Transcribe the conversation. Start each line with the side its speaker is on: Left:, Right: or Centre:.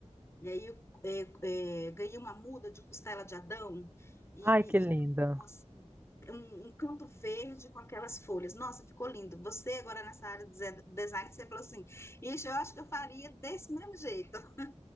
Left: E aí eu é, é, ganhei uma muda de costela de Adão e,
Right: Ai, que linda.
Left: e ela ficou assim, um, um canto verde com aquelas folhas. Nossa, ficou lindo. Você agora nessa área de ze- design, você falou assim, Ixi, eu acho que eu faria desse mesmo jeito. <laughs>